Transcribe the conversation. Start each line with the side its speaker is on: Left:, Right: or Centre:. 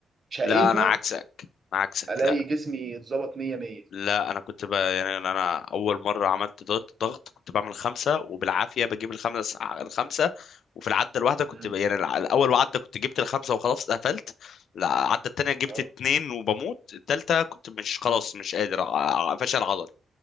Right: شقيته
Left: لا انا عكسك انا عكسك
Right: الاقي
Left: لا
Right: جسمي اتظبط 100 100
Left: لا انا كنت بقى يعني انا اول مره عملت ضغط ضغط كنت بعمل خمسه وبالعافيه بجيب الخمسه الخمسه وفي العده الواحده كنت
Right: امم
Left: ب... يعني الع- الاول عده كنت جبت الخمسه وخلاص قفلت العده التانيه جبت
Right: اه
Left: اتنين وبموت التالته كنت مش خلاص
Right: امم
Left: مش قادر ع- فشل عضلي